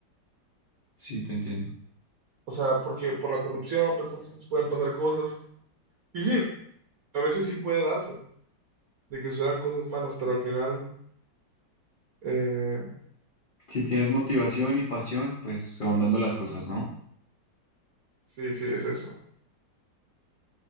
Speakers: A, on the left (about 60°); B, on the right (about 60°).
A: Sí, te entiendo.
B: O sea, porque por la corrupción pensamos que nos pueden pasar cosas. Y sí, a veces sí puede darse, de que sucedan cosas malas, pero al final, eh,
A: Si tienes motivación y pasión,
B: eh,
A: pues se van dando
B: justo.
A: las cosas, ¿no?
B: sí, sí, es eso.